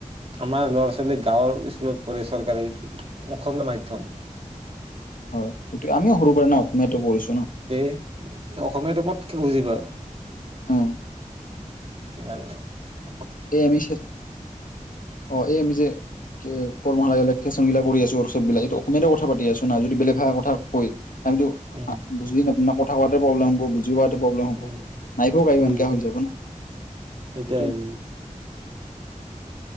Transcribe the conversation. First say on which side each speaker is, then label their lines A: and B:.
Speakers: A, on the right; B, on the left.
A: আমাৰ ল'ৰা ছোৱালী গাঁৱৰ স্কুলত পঢ়ে চৰকাৰী। অসমীয়া মাধ্যম
B: হয় হয়তো আমিও সৰু কাৰণে অসমীয়াত পৰিছো
A: এ অসমীয়া পতকে বুজিবা
B: উম,
A: আৰু স।
B: এই আমি অ এই আমি যে কৰ্মালাগিলাকেচগিলাক। কৰি আছো আৰু চবিলাক এই অসমীয়াতে কথা পাতি আছো না যদি বেলেগ ভাল কথা কয়। আমিতো
A: উম।
B: বুজি কথা কোৱাতে প্ৰব্লেম হব বুজি পোৱা প্ৰব্লেম হব
A: উম
B: নাইফা এনো
A: উম
B: হৈ যাব না সেইটো।
A: সেইটাই উম